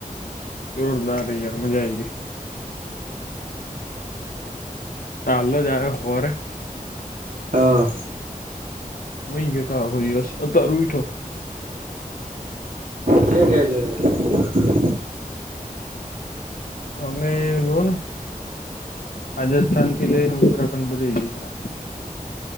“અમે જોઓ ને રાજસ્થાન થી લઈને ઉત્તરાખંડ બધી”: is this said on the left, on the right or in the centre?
Left